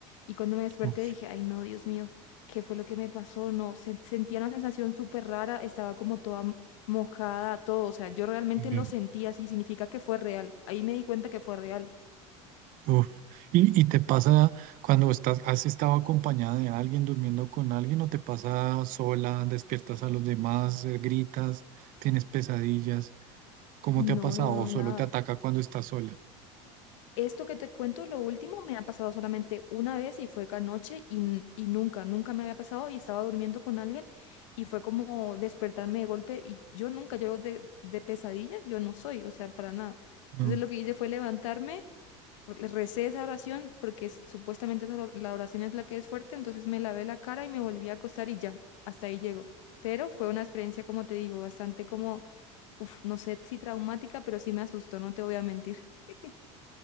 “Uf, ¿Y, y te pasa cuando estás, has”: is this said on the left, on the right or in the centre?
Right